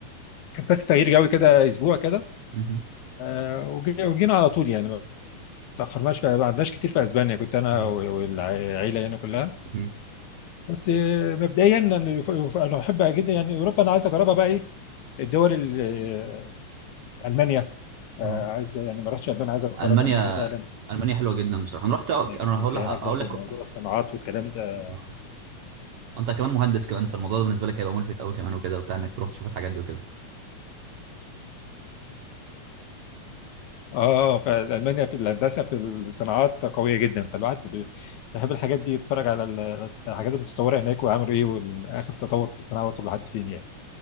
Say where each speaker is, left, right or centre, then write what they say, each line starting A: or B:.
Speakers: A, on the left; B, on the right.
A: كان بس تغيير جو كده اسبوع كده
B: مهم.
A: آه وجي- وجينا على طول يعني ما تاخرناش في- ما قعدناش كتير في اسبانيا كنت انا
B: مهم.
A: والعيله يعني كلها
B: مهم.
A: بس آه، مبدئيا انا اللي يف- يف- أنا بحب جدا يعني اوروبا انا عايز اجربها بقى ايه الدول ال- آه، المانيا آه،
B: اه
A: عايز يعني ما رحتش المانيا عايز اجرب
B: المانيا
A: المانيا فعلا
B: المانيا حلوه جدا بصراحه انا رحت انا
A: لان
B: هقول
A: في
B: لك
A: هناك
B: هقول
A: برضو
B: لك
A: موضوع الصناعات والكلام ده
B: أها. انت كمان مهندس كمان فالموضوع ده بالنسبه لك هيبقى ملفت قوي كمان وكده وبتاع انك تروح تشوف الحاجات دي وكده
A: اه فالمانيا في الهندسه في الصناعات قويه جدا فالواحد بي- بيحب الحاجات دي يتفرج على ال- الحاجات المتطوره هناك وعملوا ايه واخر تطور في الصناعه وصل لحد فين يعني